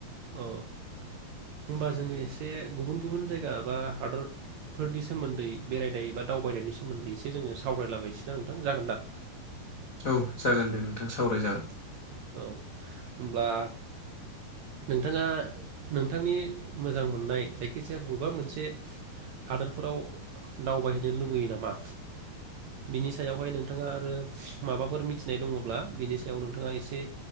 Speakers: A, on the right (about 85°); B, on the left (about 75°).
A: अ होमबा जोंङो एसे गुबुन-गुबुन जायगा बा हादरफोरनि सोमोन्दै बेरायनाय बा दावबायनायनि सोमोन्दै एसे जोंङो सावरायलाबायसैना नोंथां जागोन दा
B: औ जागोन दे नोंथां सावरायजागोन
A: औ होमब्ला नोंथाङा नोंथांनि मोजां मोननाय जायखिजाया बबेबा मोनसे हादोरफोराव दावबायहैनो लुबैयो नामा बिनि सायावहाय नोंथाङा आरो माबाफोर मिथिनाय दङब्ला बिनि सायाव नोंथाङा ए से